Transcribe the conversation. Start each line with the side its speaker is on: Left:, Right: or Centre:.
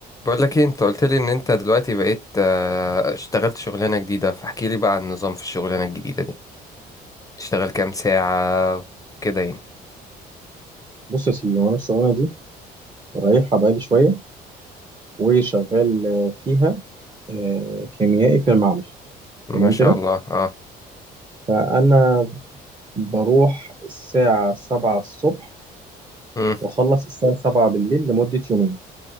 Left: بقول لك ايه انت قلت لي ان انت دلوقتي بقيت آه، اشتغلت شغلانة جديدة فاحكي لي بقى عن النظام في الشغلانة الجديدة دي تشتغل كام ساعة كده يعني
Right: بص يا سيدي وانا الشغلانه دي رايحها بقالي شويه وشغال آه، فيها آه، كيميائي في المعمل
Left: ما
Right: تمام
Left: شاء
Right: كده
Left: الله اه
Right: فانا بروح الساعه 7 الصبح
Left: مم.
Right: واخلص الساعه 7 بالليل لمده يومين